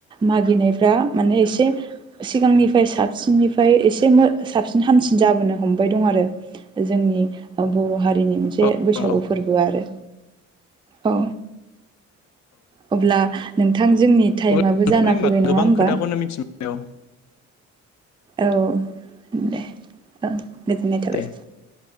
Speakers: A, on the right; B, on the left.
A: मागिनायफ्रा माने एसे सिगांनिफ्राय साबसिननिफ्राय एसे साबसिन हामसिन जाबोनो हमबाय दं आरो जोंनि बर' हारिनि मोनसे
B: औ
A: बैसागु
B: औ अब्ला
A: फोरबो आरो औ अब्ला नोंथां जोंनि टाइम
B: नोंथांनिफ्राय
A: आबो जाना
B: होनबा
A: फैबाय नङा
B: गोबां
A: होमबा?
B: खोथाखौनो मिथिबाय औ
A: औ दे औ गोजोननाय थाबाय
B: दे